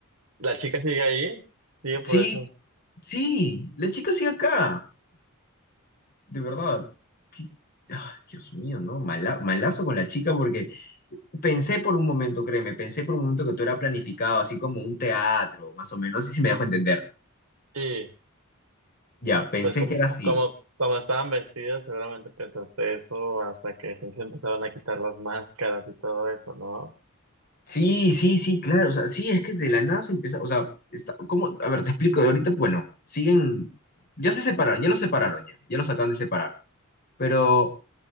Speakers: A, on the right; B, on the left.
A: la chica sigue ahí, sigue por
B: sí,
A: eso.
B: Sí, la chica sigue acá, de verdad. Qué- ah, Dios mío, ¿no? Mala- malazo con la chica porque pensé por un momento, créeme, pensé por un momento que todo era planificado, así como un teatro, más o menos, y si me dejo entender.
A: sí
B: Ya, pensé
A: pues como,
B: que era así.
A: como, como estaban vestidos, seguramente pensaste eso hasta que se, se empezaron a quitar las máscaras y todo eso, ¿no?
B: Sí, sí, sí, claro, o sea, sí, es que de la nada se empieza, o sea, está, ¿cómo? A ver, te explico, ahorita, bueno, siguen, ya se separaron, ya los separaron ya, ya los acaban de separar, pero